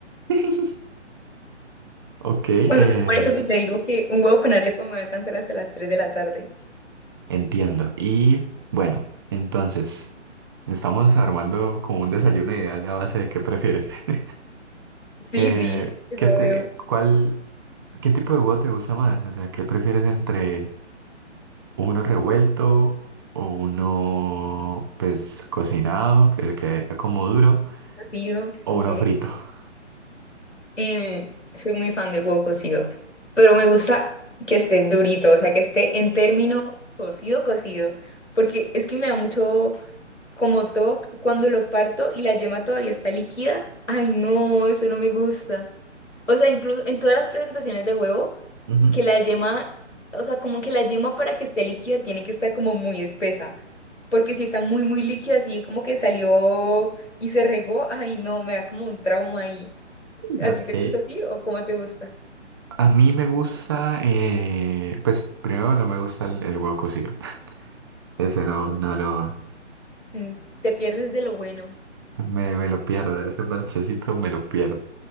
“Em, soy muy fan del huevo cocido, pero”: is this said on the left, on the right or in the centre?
Left